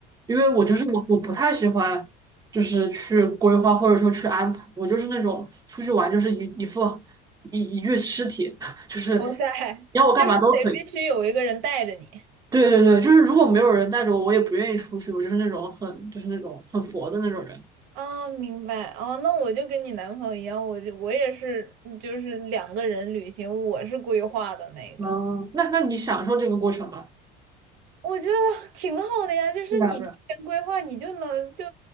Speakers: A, on the right; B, on the right.
A: 因为我就是我我不太喜欢就是去规划或者说去安排，我就是那种出去玩就是一一副一一具尸体，<laughs> 就是你
B: 哇塞，
A: 要我干嘛都可以。
B: 就是得必须有一个人带着你。
A: 对对对，就是如果没有人带着我，我也不愿意出去，我就是那种很就是那种很佛的那种人。
B: 啊，明白哦，那我就跟你男朋友一样，我就我也是，就是两个人旅行，我是规划的那个，
A: 哦，那那你享受这个过程吧。
B: 我觉得挺好的呀，就是你提前规划，
A: 对吧？
B: 你就能就